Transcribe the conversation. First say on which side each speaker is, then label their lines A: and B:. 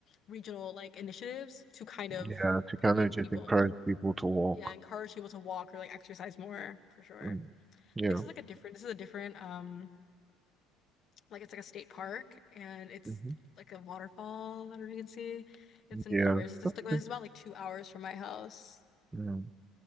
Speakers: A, on the left; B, on the right.
A: regional like initiatives to kind of
B: yeah, to kind
A: make
B: of just
A: people
B: encourage people to walk.
A: yeah encourage people to walk or like exercise more for sure.
B: Mm, Yeah,
A: This is like a different this is a different um like it's like a state park and it's
B: hmm
A: like a waterfall. I don't know if you can see. It's in
B: yeah.
A: Blue Ridge. It's just
B: Okay.
A: like it's about like two hours from my house.
B: Mm.